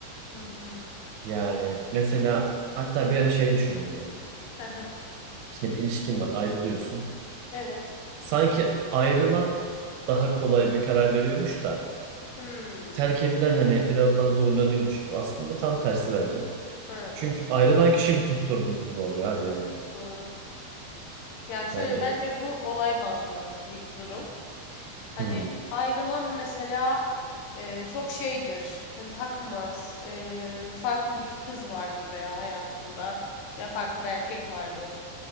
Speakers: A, on the left (about 85°); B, on the right (about 80°).
A: Hı hı.
B: Yani mesela hatta bir ara şey düşündüm ben.
A: Hı hı.
B: Şimdi bir ilişkin var, ayrılıyorsun.
A: Evet.
B: Sanki ayrılan daha kolay bir karar veriyormuş da
A: Hmm.
B: terk edilen hani biraz daha zorlanıyormuş gibi. Aslında tam tersi bence.
A: Hı.
B: Çünkü ayrılan kişi bütün sorumluluğu alıyor abi yani.
A: Doğru. Ya şöyle
B: Hani
A: bence bu olay bazlı bir durum. Hani
B: hmm,
A: ayrılan mesela e, çok şeydir. Hani takmaz. E, farklı bir kız vardır veya hayatında veya farklı bir erkek vardır.